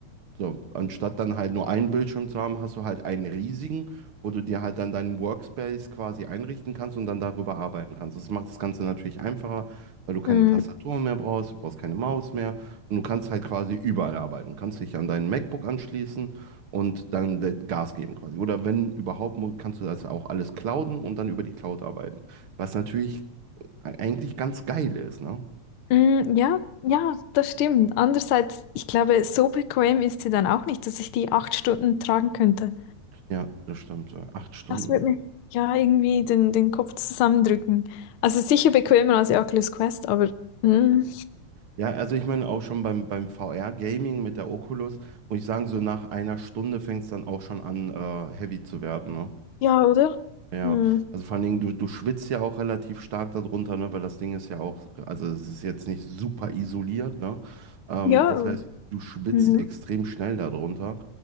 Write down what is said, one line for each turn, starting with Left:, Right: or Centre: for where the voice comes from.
Right: So, anstatt dann halt nur einen Bildschirm zu haben, hast du halt einen riesigen, wo du dir halt dann deinen Workspace quasi einrichten kannst und dann darüber arbeiten kannst. Das macht das Ganze natürlich einfacher, weil du keine
Left: mm,
Right: Tastatur mehr brauchst, du brauchst keine Maus mehr und du kannst halt quasi überall arbeiten. Du kannst dich an deinen MacBook anschließen und dann le- Gas geben quasi. Oder wenn überhaupt, mu- kannst du das auch alles clouden und dann über die Cloud arbeiten. Was natürlich eigentlich ganz geil ist, ne?
Left: mm, ja, ja, das stimmt. Andererseits, ich glaube, so bequem ist sie dann auch nicht, dass ich die acht Stunden tragen könnte.
Right: Ja, das stimmt. so Acht Stunden.
Left: Das wird mir ja irgendwie den, den Kopf zusammendrücken. Also sicher bequemer als die Oculus Quest, aber mm,
Right: Ja, also ich meine auch schon beim, beim VR-Gaming mit der Oculus, muss ich sagen, so nach einer Stunde fängt es dann auch schon an, äh, heavy zu werden, ne?
Left: ja, oder?
Right: Ja,
Left: Mm,
Right: also vor allen Dingen, du, du schwitzt ja auch relativ stark darunter, ne? Weil das Ding ist ja auch, also es ist jetzt nicht super isoliert, ne? Ähm,
Left: ja,
Right: das heißt, du schwitzt
Left: mhm.
Right: extrem schnell darunter.